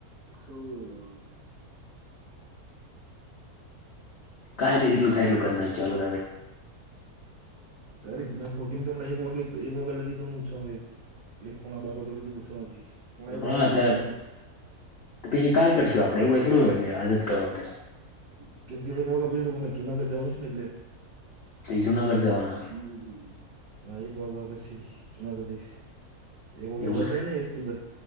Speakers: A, on the right; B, on the left.
A: હમ.
B: કાઈ નહીં જેટલું થાય એટલું કરી
A: <inaudible>
B: નાખીએ
A: તો
B: ચાલો
A: કરી જ નાખો કેમ કે હમણાં એક વાગ એક વાગ લગી તો હું છું પોણા બાર લગી છું હજી પોણા એક લગી
B: હા ત્યારે
A: છું.
B: તો પછી કાલ કરશું આપડે એવું થોડું હોય કે આજ જ કરવા બધા
A: <inaudible> જેમ કે એક વાગ્યા પછી તો મને જુનાગઢ જવાનું છે ને એટલે
B: જુનાગઢ
A: <inaudible>
B: જવાના
A: ના એક વાગ્યા પછી જુનાગઢ જઈશ એક વાગે
B: એવું
A: બસ
B: છે
A: આવે ને એસટી બસ.